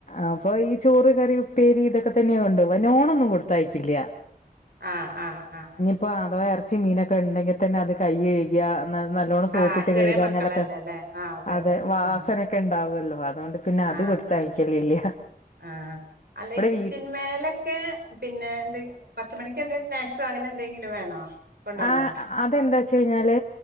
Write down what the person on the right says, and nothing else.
ആഹ് ആഹ് ആ
ആഹ് ചെറിയ
മക്കളല്ലല്ലേ ആഹ് അതെ
അതെ
ആഹ്
ആഹ്
ആഹ് ആഹ് അല്ല
ഇച്ചിന്മേലൊക്കെ
പിന്നെ ന്തെ പത്ത് മണിക്ക് എന്തെങ്കും സ്നാക്സോ അങ്ങനെ എന്തെങ്കിലും വേണോ? കൊണ്ടോണോ